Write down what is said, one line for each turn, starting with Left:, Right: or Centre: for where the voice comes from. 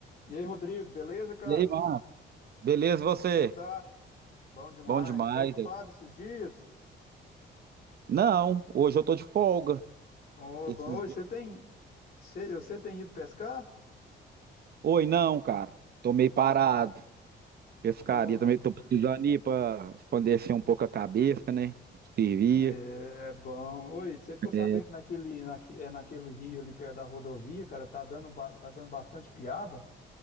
Left: E aí, Rodrigo, beleza, cara?
Right: E aí, mano? Beleza, você?
Left: Como é que você tá? Bom demais.
Right: Bom demais,
Left: Tá ocupado
Right: velho.
Left: esses dias?
Right: Não, hoje eu tô de folga.
Left: Ô,
Right: Esses
Left: bom, oi,
Right: dias.
Left: você tem, você, você tem ido pescar?
Right: Oi, não, cara. Tô meio parado.
Left: Não.
Right: Pescaria
Left: Ô, rapaz.
Right: também tô precisando ir pra expandir um pouco a cabeça, né? Servir.
Left: É bom. Oi, você ficou sabendo
Right: É,
Left: que naquele, naque, é naquele rio ali perto da rodovia, cara, tá dando, ba- tá dando bastante piaba?